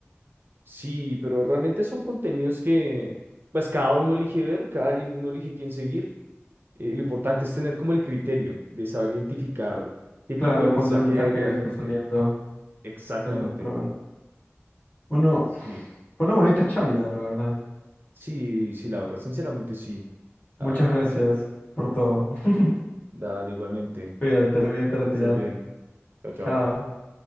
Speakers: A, on the right (about 50°); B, on the left (about 35°).
A: Sí, pero realmente son contenidos que, pues cada uno elige ver, cada li- uno elige quién seguir. Eh, lo importante es tener como el criterio de saber identificar qué
B: Claro,
A: tipo de mensaje
B: cuando el mensaje
A: hay realmente.
B: ya se está saliendo
A: Exactamente.
B: de control. Bueno,
A: Sí,
B: fue una bonita charla, la verdad.
A: sí, sí, la verdad, sinceramente sí. Ah,
B: Muchas gracias por todo. <laughs>
A: dale, igualmente.
B: Cuídate, voy a te retirar.
A: Que estés bien. Chao, chao.
B: Chao.